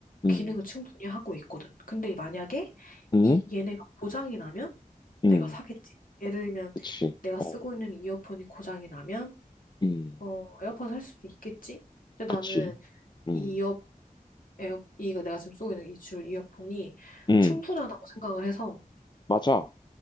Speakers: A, on the left (about 30°); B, on the left (about 70°).
A: 음,
B: 기능을 충분히 하고 있거든. 근데 만약에
A: 음,
B: 이 얘네가 보장이 나면
A: 음,
B: 내가 사겠지. 예를 들면
A: 그치.
B: 내가
A: 어,
B: 쓰고 있는 이어폰이 고장이 나면
A: 음,
B: 어, 에어팟 살 수도 있겠지. 근데
A: 그치.
B: 나는
A: 음,
B: 이 이어 에어 이거 내가 지금 쓰고 있는 이 줄 이어폰이
A: 음,
B: 충분하다고 생각을 해서
A: 맞아.